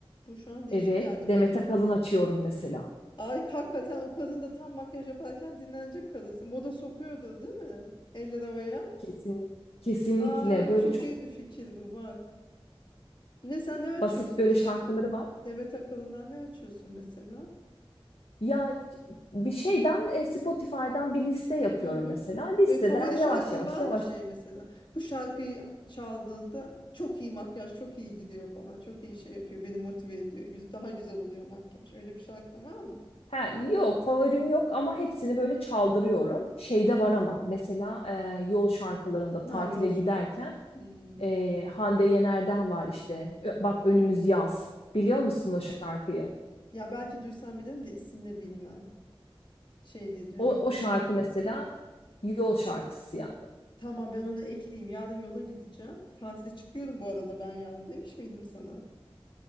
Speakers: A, on the left (about 55°); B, on the left (about 75°).
A: Bu şu an değişik
B: Evet,
A: geldi
B: Demet
A: bana.
B: Akalın açıyorum mesela.
A: Ay hakikaten o kadın da tam makyaj yaparken dinlenecek kadınsın. Moda sokuyordur değil mi? Eller havaya.
B: Kesinlikle. Kesinlikle
A: Aa,
B: böyle
A: çok
B: çok
A: iyi bir fikir bu bak. Ne sen ne açıyorsun
B: basit böyle
A: Demet?
B: şarkıları var.
A: Demet Akalın'dan ne açıyorsun mesela?
B: Ya bir şeyden e, Spotify'dan bir liste yapıyorum
A: Hı hı.
B: mesela. Listeden
A: Böyle favori
B: yavaş
A: şarkın
B: yavaş
A: var
B: yavaş.
A: mı şey mesela? Bu şarkıyı çaldığında çok iyi makyaj, çok iyi gidiyor falan. Çok iyi şey yapıyor. Beni motive ediyor. Güz- Daha güzel oluyor makyaj. Öyle bir şarkın var mı?
B: Ha, yok favorim yok ama hepsini böyle çaldırıyorum. Şeyde
A: Ha,
B: var ama mesela e, yol şarkılarında
A: ha
B: tatile
A: yol şarkı.
B: giderken
A: Hmm.
B: e, Hande Yener'den var işte. Ö- Bak önümüz yaz. Biliyor musun o şarkıyı?
A: Ya belki duysam bilirim de isimle bilmem. Şey diye duy-
B: O, o
A: bir
B: şarkı
A: şey.
B: mesela yol şarkısı yani.
A: Tamam ben onu ekleyeyim. Yarın yola gideceğim. Tatile çıkıyorum bu arada ben yarın demiş miydim sana?